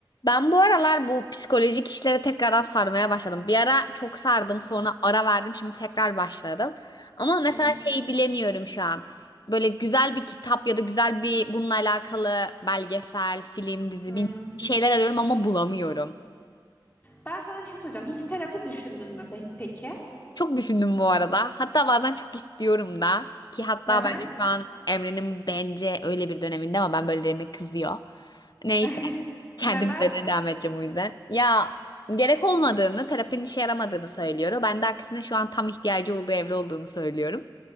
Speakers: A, on the left; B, on the left.
A: Ben bu aralar bu psikolojik işlere tekrardan sarmaya başladım. Bir ara çok sardım,
B: Hı
A: sonra
B: hı,
A: ara verdim, şimdi tekrar başladım. Ama mesela
B: hı hı,
A: şeyi bilemiyorum şu an. Böyle güzel bir kitap ya da güzel bir bununla alakalı belgesel, film, dizi
B: hı.
A: bir şeyler arıyorum ama bulamıyorum.
B: Ben sana bir şey soracağım. Hiç terapi düşündün mü pe- peki?
A: Çok düşündüm bu arada. Hatta bazen çok istiyorum da ki hatta
B: Hı hı.
A: bence şu an Emre'nin bence öyle bir döneminde ama ben böyle dediğime kızıyor. Neyse.
B: <laughs>
A: Kendi
B: Neden?
A: üzerine devam edeceğim o yüzden. Ya gerek olmadığını, terapinin işe yaramadığını söylüyor. Ben de aksine şu an tam ihtiyacı olduğu evre olduğunu söylüyorum.